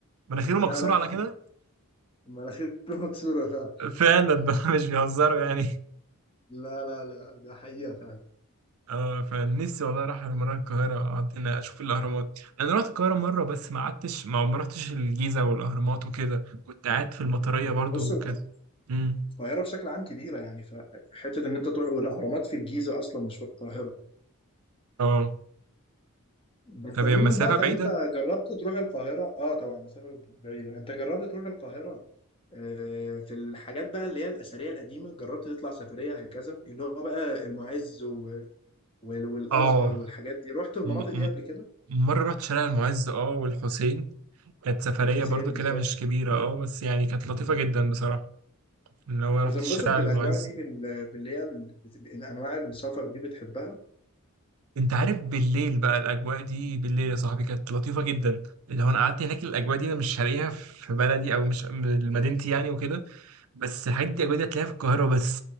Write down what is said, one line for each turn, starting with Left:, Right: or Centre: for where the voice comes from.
Right: مناخيره
Left: لا
Right: مكسوره
Left: لا
Right: على كده
Left: مناخيره <laughs> مكسوره فاهم
Right: فعلا بقى <laughs> مش بيهزروا يعني
Left: لا لا لا ده حقيقة فعلا
Right: اه فنفسي والله اروح مره القاهره اقعد هنا اشوف الاهرامات انا رحت القاهره مره بس ما قعدتش ما ما رحتش الجيزه والاهرامات وكده كنت قاعد في المطريه برضو
Left: بص
Right: وكانت
Left: الق-
Right: امم
Left: القاهرة بشكل عام كبيرة يعني فحتة إن أنت تروح والأهرامات في الجيزة أصلا مش في القاهرة
Right: اه
Left: بس
Right: طب
Left: عموما
Right: هي المسافه
Left: بقى طب
Right: بعيده
Left: أنت جربت تروح القاهرة؟ أه طبعا المسافة بعيدة أنت جربت تروح القاهرة آه في الحاجات بقى اللي هي الأثرية القديمة جربت تطلع سفرية هكذا اللي هو بقى المعز و... وال... والأزهر
Right: اه
Left: والحاجات دي رحت المناطق
Right: م-
Left: دي
Right: م-
Left: قبل كده
Right: مره رحت شارع المعز اه والحسين كانت سفريه
Left: والحسين
Right: برضو
Left: بالظبط
Right: كده مش كبيره اه بس يعني كانت لطيفه جدا بصراحه اللي هو
Left: بتنبسط
Right: رحت الشارع
Left: بالأجواء
Right: المعز
Left: دي بال... باللي هي ال- بت- أنواع السفر دي بتحبها؟
Right: انت عارف بالليل بقى الاجواء دي بالليل يا صاحبي كانت لطيفه جدا لو انا قعدت هناك الاجواء دي انا مش هلاقيها في بلدي او مش م- مدينتي يعني وكده بس الحاجات دي الاجواء دي هتلاقيها في القاهره بس